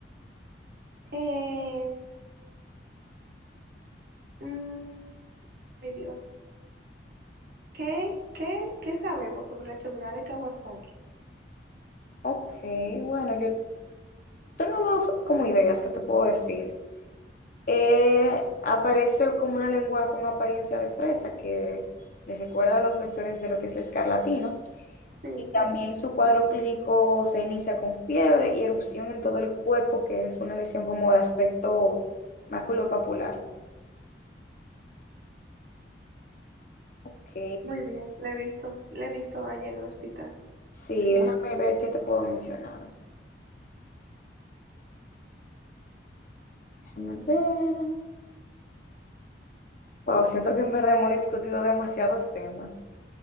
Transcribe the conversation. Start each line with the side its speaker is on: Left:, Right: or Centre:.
Right: Eh, mm, ay Dios. ¿Qué, qué, qué sabemos sobre la enfermedad de Kawasaki?
Left: Ok, bueno, yo Tengo dos como ideas que te puedo decir. Eh, aparece como una lengua con apariencia de fresa que les recuerda a los doctores de lo que es la escarlatina.
Right: Sí,
Left: Y también
Right: sí,
Left: su cuadro clínico se inicia con fiebre y erupción en todo el cuerpo, que es una lesión como de aspecto maculopapular. Ok,
Right: muy bien, la he visto, la he visto allá en el hospital.
Left: sí,
Right: Sí,
Left: déjame ver qué te puedo mencionar. Déjame ver. Wow, siento que en verdad hemos discutido demasiados temas.